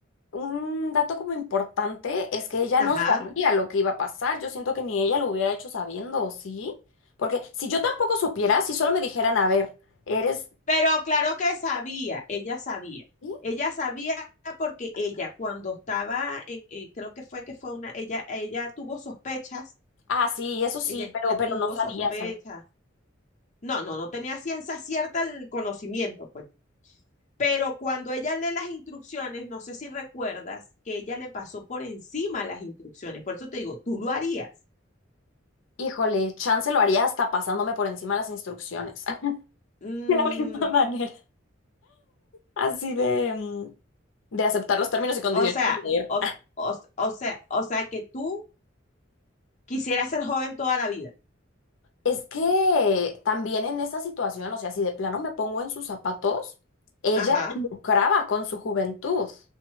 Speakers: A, on the left; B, on the left.
A: un dato como importante es que ella
B: Ajá.
A: no sabía lo que iba a pasar. Yo siento que ni ella lo hubiera hecho sabiendo, ¿sí? Porque si yo tampoco supiera, si solo me dijeran, a ver, eres...
B: Pero claro que sabía, ella sabía.
A: ¿sí?
B: Ella sabía porque ella cuando estaba en, eh, creo que fue que fue una, ella, ella tuvo sospechas,
A: Ah, sí, eso sí,
B: ella
A: pero, pero
B: tuvo
A: no sabía,
B: sospechas.
A: ¿sabes?
B: No, no, no tenía ciencia cierta el conocimiento, pues. Pero cuando ella lee las instrucciones, no sé si recuerdas que ella le pasó por encima las instrucciones. Por eso te digo, tú lo harías.
A: Híjole, chance lo haría hasta pasándome por encima las instrucciones. <laughs>
B: Mm,
A: De la misma manera. Así de, mm, de aceptar los términos y condiciones
B: o sea,
A: sin leer.
B: o, o, o sea, o sea que tú quisieras ser joven toda la vida.
A: Es que también en esa situación, o sea, si de plano me pongo en sus zapatos, ella
B: Ajá.
A: lucraba con su juventud.